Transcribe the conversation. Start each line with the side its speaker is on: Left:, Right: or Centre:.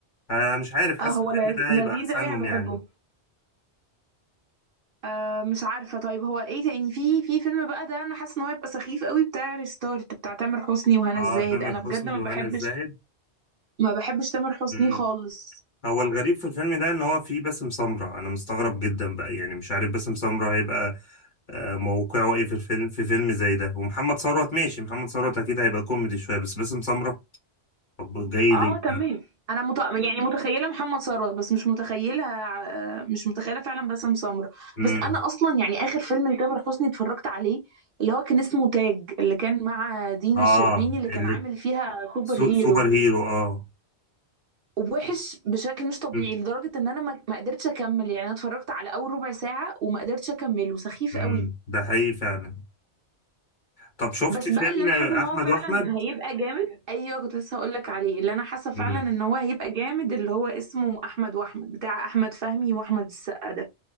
Left: انا مش عارف حاسس
Right: اه هو
Left: الفيلم
Right: ل-
Left: ده
Right: لذيذ
Left: هيبقى احسنهم
Right: قوي انا بحبه
Left: يعني
Right: آه مش عارفه طيب هو ايه تاني في في فيلم بقى ده انا حاسه ان هو يبقى سخيف قوي بتاع ريستارت بتاع تامر حسني وهنا
Left: اه
Right: الزاهد
Left: تامر
Right: انا بجد
Left: حسني
Right: ما بحبش
Left: وهنا الزاهد
Right: ما بحبش تامر حسني
Left: مم.
Right: خالص
Left: هو الغريب في الفيلم ده ان هو فيه باسم سمرة انا مستغرب جدا بقى يعني مش عارف باسم سمرة هيبقى آه، موقعه ايه في الفيلم في فيلم زي ده ومحمد ثروت ماشي محمد ثروت اكيد هيبقى كوميدي شوية بس باسم سمرة طب جاي
Right: اه
Left: ليه
Right: تمام انا مت... يعني متخيله محمد ثروت بس مش متخيله ع- مش متخيله فعلا باسم سمرة
Left: امم
Right: بس انا اصلا يعني اخر فيلم لتامر حسني اتفرجت عليه اللي هو كان اسمه تاج اللي كان مع دينا
Left: اه
Right: الشربيني اللي كان
Left: اللي
Right: عامل فيها سوبر
Left: سو-
Right: هيرو
Left: سوبر هيرو اه
Right: ووحش بشكل مش طبيعي
Left: مم.
Right: لدرجه ان انا ما ما قدرتش اكمل يعني انا اتفرجت على اول ربع ساعه وما قدرتش اكمله سخيف
Left: مم.
Right: قوي
Left: ده حقيقي فعلا طب شفتي
Right: بس
Left: فيلم
Right: بقى اللي انا حاسه ان
Left: احمد
Right: هو فعلا
Left: واحمد
Right: هيبقى جامد ايوه كنت لسه هقول لك عليه اللي انا حاسه فعلا
Left: امم
Right: ان هو هيبقى جامد اللي هو اسمه احمد واحمد بتاع احمد فهمي واحمد السقا ده